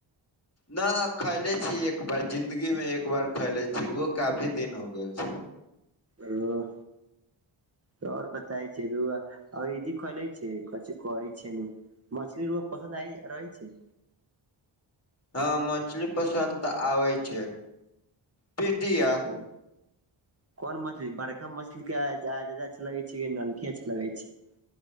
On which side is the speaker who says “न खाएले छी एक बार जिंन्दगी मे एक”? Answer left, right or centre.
Left